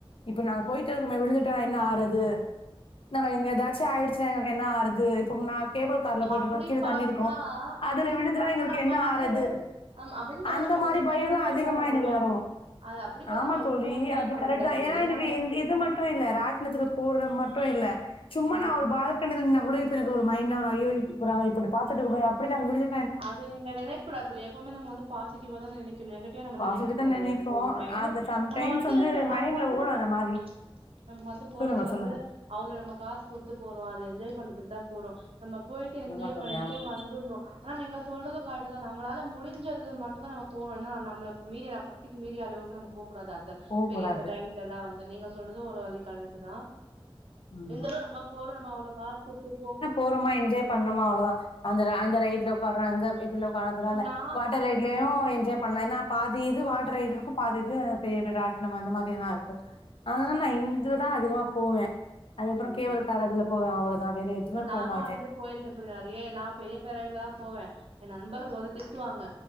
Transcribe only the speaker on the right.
அப்டி
பாத்தா
அப்டின்னு
பாத்தா
நம்ம
வந்து
ஆமா அப்டின்னு பாத்தா
நம்ம
எதுமே
என்ஜாய்
பண்ண
முடியாது
அது அப்டி பாத்தா
நம்ம எதுமே
என்ஜாய்
பண்ண
முடியாது தோழி
நம்ம
ம்
அது நீங்க நெனைக்கூடாது தோழி எப்போமே நம்ம வந்து பாசிட்டாவாதா நெனைக்கனு நெகட் டிவா நம்ம வந்து
நெனைக்க கூடாது
எப்போமே
நம்ம வந்து
அப்போ வந்து
நம்ம
நம்ம வந்து போறது
வந்து
அவ்ளோ நம்ம காசு குடுத்து போறோ அது என்ஜாய் பண்றதுக்குதா போறோ நம்ம போயிட்டு என்ஜாய்
பண்ட்டு
வந்துர்னு ஆனா நீங்க சொல்றது கரட்டுதா நம்மளால முடிஞ்சது மட்டுதா நம்ம போணு இல்லனா நம்ளுக்கு மீறி நம த்திக்கு மீறி அளவுக்கு நம்ம போக்கூடாது அந்த
பெரிய
பெரிய ரைட்லல்லா வந்து நீங்க சொல்றது ஒரு வழி கரட்டுதா
இந்த அளவு நம்ம போறோ நம்ம அவ்ளோ காசு குடுத்து போறோ
அவ்வளவு-
நான்
உம்
கண்டிப்பா
கண்டிப்பா
நானு
வந்து போயிருக்கே தோழி நெறைய நா பெரிய பேர் ரைட்லா போவே என் நண்பர்கள் வந்து திட்டுவாங்க